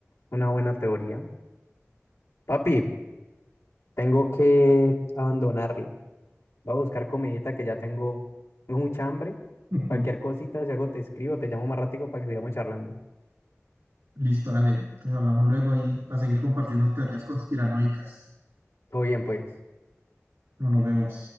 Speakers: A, on the left (about 80°); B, on the right (about 80°).
A: Una buena teoría. Papi. Tengo que abandonarlo. Voy a buscar comidita que ya tengo, tengo mucha hambre.
B: <laughs>
A: Cualquier cosita, si algo te escribo, te llamo más ratico para que sigamos charlando.
B: Listo, dale. Entonces hablamos luego ahí para seguir compartiendo teorías conspiranoicas.
A: Todo bien, pues.
B: No nos vemos.